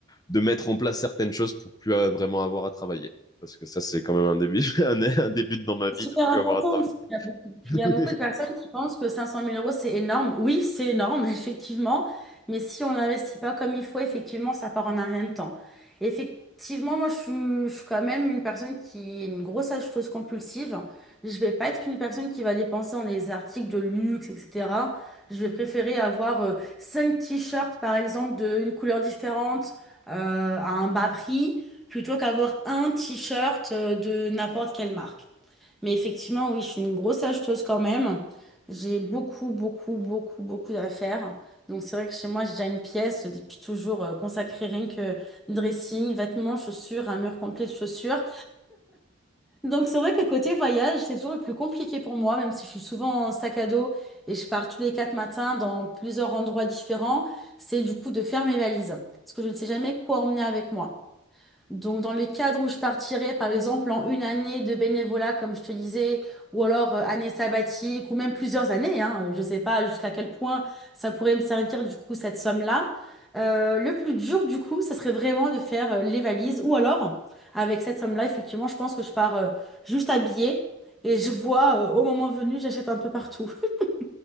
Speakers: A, on the left; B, in the centre.
A: de mettre en place certaines choses pour plus euh, vraiment avoir à travailler. Parce que ça, c'est quand même un début, <laughs> un, un début dans ma
B: C'est
A: vie de
B: super
A: plus
B: important.
A: avoir à
B: parce qu'il y a beaucoup,
A: travailler.
B: il y a beaucoup de personnes qui pensent que 500 000 euros, c'est énorme. Oui, c'est énorme, <laughs> effectivement. Mais si on n'investit pas comme il faut, effectivement, ça part en un rien de temps. Effectivement, moi, je suis, je suis quand même une personne qui est une grosse acheteuse compulsive. Je ne vais pas être une personne qui va dépenser dans les articles de luxe, etc. Je vais préférer avoir euh, cinq t-shirts, par exemple, d'une couleur différente, euh, à un bas prix, plutôt qu'avoir un t-shirt euh, de n'importe quelle marque. Mais effectivement, oui, je suis une grosse acheteuse quand même. J'ai beaucoup, beaucoup, beaucoup, beaucoup d'affaires. Donc c'est vrai que chez moi, j'ai déjà une pièce depuis toujours euh, consacrée rien que dressing, vêtements, chaussures, un mur complet de chaussures. Donc c'est vrai que côté voyage, c'est toujours le plus compliqué pour moi, même si je suis souvent en sac à dos et je pars tous les quatre matins dans plusieurs endroits différents, c'est du coup de faire mes valises. Parce que je ne sais jamais quoi emmener avec moi. Donc, dans les cadres où je partirais, par exemple, en une année de bénévolat, comme je te disais, ou alors euh, année sabbatique, ou même plusieurs années, hein, je ne sais pas jusqu'à quel point ça pourrait me servir, du coup, cette somme-là. Euh, le plus dur, du coup, ça serait vraiment de faire euh, les valises, ou alors, avec cette somme-là, effectivement, je pense que je pars euh, juste habillée et je vois, euh, au moment venu, j'achète un peu partout. <laughs>